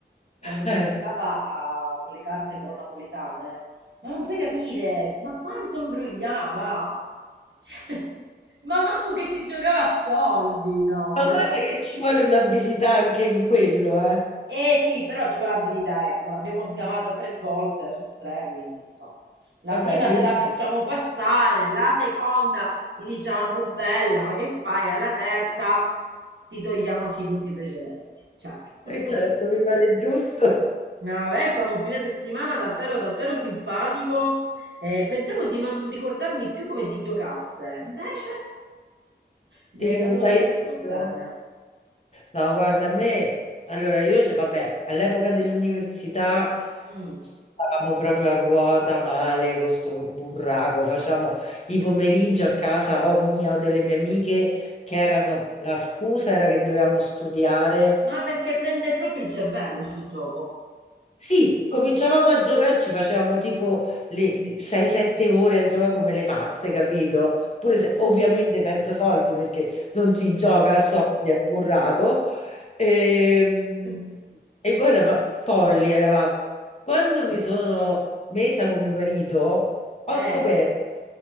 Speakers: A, on the right (about 80°); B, on the left (about 35°).
A: quando si
B: eh.
A: giocava a- con le carte però napoletane, ma non puoi capire, ma quanto imbrogliava! Cioè, ma manco che si giocava a soldi, no,
B: Ma
A: io...
B: guarda che ci vuole un'abilità anche in quello, eh.
A: Eh sì, però ci vuole abilità, ecco, l'abbiamo sgamata tre volte su tre, quindi insomma. La
B: Vabbè,
A: prima
B: quindi,
A: te la facciamo passare, la seconda ti diciamo "Oh, bella, ma che fai? Alla terza ti togliamo anche i punti precedenti. Cioè. <laughs>
B: eh, certo, mi pare giusto.
A: No, beh, è stato un fine settimana davvero, davvero simpatico. Eh, pensavo di non ricordarmi più come si giocasse, invece me,
B: Ti ricordai
A: me lo ricordo
B: tutto?
A: bene.
B: No, guarda, a me, allora io, se- vabbè, all'epoca dell'università
A: Mm.
B: stavamo proprio a ruota male con sto burraco, facciamo i pomeriggi a casa o mia o delle mie amiche che erano, la scusa era che dovevamo studiare
A: Ma perché prende proprio il cervello sto gioco?
B: Sì, cominciavamo
A: Mm.
B: a giocare, ci facevamo tipo le le 6-7 ore a giocare come le pazze, capito? Pure se- ovviamente senza soldi perché non si
A: Sì,
B: gioca
A: certo.
B: a soldi a burraco. E,
A: <laughs>
B: e guarda, ma folli eravamo. Quando mi
A: No,
B: sono
A: ma...
B: messa con mio marito, ho
A: Eh,
B: scoperto